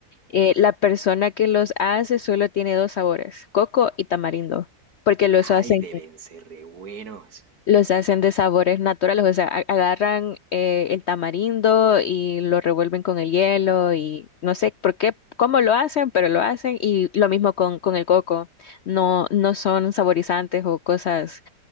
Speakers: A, on the left; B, on the right.
A: Eh, la persona que los hace solo tiene dos sabores, coco y tamarindo, porque los hacen,
B: Ay, deben ser re buenos.
A: los hacen de sabores naturales, o sea, a- agarran eh, el tamarindo y lo revuelven con el hielo y no sé por qué, cómo lo hacen, pero lo hacen y lo mismo con, con el coco. No, no son saborizantes o cosas